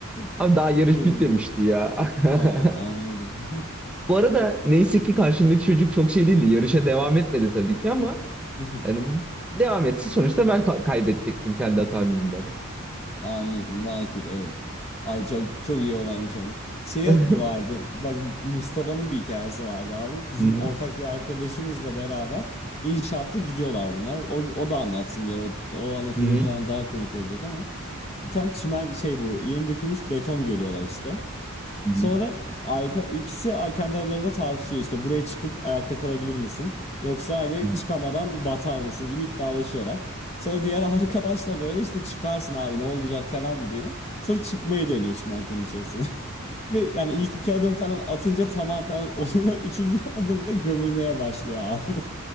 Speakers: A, on the left; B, in the centre.
A: <laughs>
B: Ama daha yarış
A: Bu durumda.
B: bitmemişti ya. <laughs>
A: Ha anladım.
B: Bu arada neyse ki karşımdaki çocuk çok şey değildi. Yarışa devam etmedi tabii ki ama
A: <laughs>
B: yani devam etsin. Sonuçta ben ka- kaybedecektim kendi hatam yüzünden.
A: Anladım makul evet. Abi çok çok iyi olaymış ama. Şey
B: <laughs>
A: vardı bak Mustafa'nın bir hikayesi vardı abi. Bizim
B: Hı hı,
A: ortak bir arkadaşımızla beraber inşaatta gidiyorlar bunlar. O, o da anlatsın bir ara. O, o anlatınca
B: hı hı,
A: bu tane daha komik olacak ama. Bir tane çimen şey bu yeni dökülmüş beton görüyorlar işte.
B: hı
A: Sonra ayrı, ikisi kendi aralarında tartışıyor işte buraya çıkıp ayakta kalabilir misin? Yoksa hani
B: hı,
A: çıkamadan batar mısın gibi iddialaşıyorlar. Sonra diğer <laughs> arkadaş da böyle işte çıkarsın abi ne olacak falan diyor. Sonra çıkmayı deniyor çimentonun içerisine. <laughs> Ve yani ilk iki adım falan atınca tamam falan oluyor. Üçüncü <laughs> adımda gömülmeye başlıyor abi.